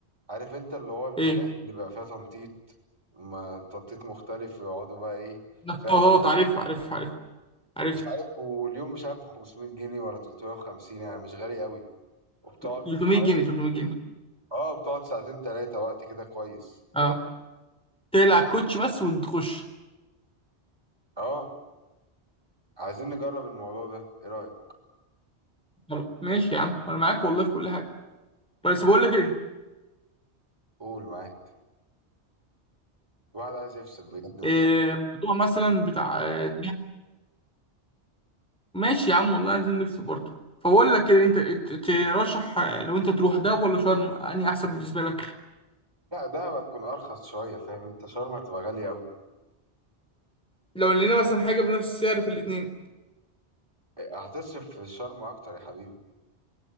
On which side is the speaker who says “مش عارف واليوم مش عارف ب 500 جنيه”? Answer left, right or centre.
Right